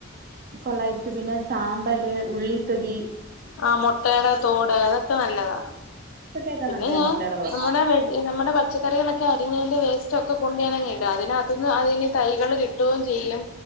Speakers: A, on the right (about 45°); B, on the left (about 70°).
A: കൊള്ളായിരിക്കും, പിന്നെ ചാമ്പല്, ഉള്ളിത്തൊലി
B: ആ മൊട്ടേടെ തോട് അതൊക്കെ നല്ലതാ
A: ഇതൊക്കെയൊക്കെ
B: പിന്നെ
A: നല്ലയാ
B: ഞാൻ
A: മുട്ടയുടെ കൂടെ
B: നമ്മുടെ ഈ നമ്മടെ പച്ചക്കറികളൊക്കെ അരിഞ്ഞെന്റെ വേസ്റ്റ് ഒക്കെ കൊണ്ട് ഞാനങ്ങിട, അതിനകത്തുന്ന് അതിന് തൈകള് കി ട്ടുവേം ചെയ്യും